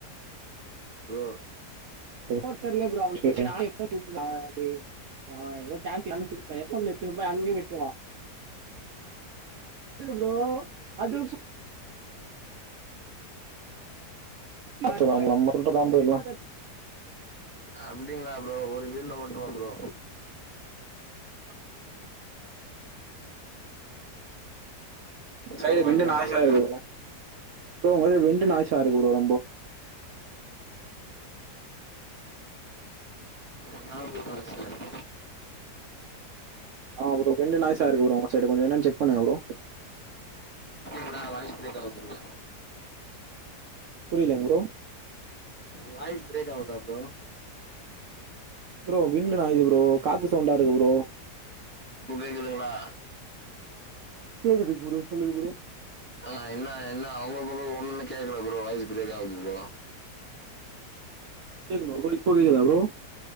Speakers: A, on the left; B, on the right.
A: ப்ரோ
B: போட்டு தரல ப்ரோ அவனுக்கு <unintelligible> அவ எதோ டேங்க்லந்து புடிப்பா எஃப் எம்ல எத்துபோய் அங்கியு வெட்டுவா இக்கிது ப்ரோ.. அதுகு ஆக்சுவலா நம்ம கிட்டதா ப்ரோ எல்லா
A: அப்டிங்ளா ப்ரோ ஒரு வீல்ல ஓட்டுவம் ப்ரோ
B: ஆ சைடு
A: ஆமாங்ளா
B: விண்டு நாய்ஸா
A: ப்ரோ
B: இருக்கு ப்ரோ ஒங்கள்து வெண்டு நாய்சாருக்கு ப்ரோ ரொம்போ
A: இன்னா ப்ரோ ஆசே
B: ஆ ப்ரோ வெண்டு நாய்சாருக்கு ப்ரோ உங்க சைடு கொஞ்ச என்னன் செக் பண்ணுங்க ப்ரோ
A: அண்ணா வாய்ஸ் பிரேக் ஆவுதுங்னா
B: புரிலங் ப்ரோ
A: வாய்ஸ் பிரேக் ஆவுதா bro
B: bro wind noise bro காத்து சவுண்டாருக்கு ப்ரோ
A: இப்ப கேக்குதுங்ளா
B: கேக்குதுங் ப்ரோ சொல்லுங்க ப்ரோ
A: ஆ இன்னா இன்னா வுங்க பக்கோ ஒன்னு கேக்கல ப்ரோ வாய்ஸ் பிரேக் ஆவுது ப்ரோ
B: கேக்கு ப்ரோ ஒரு வேல இப்போ கேக்குதா ப்ரோ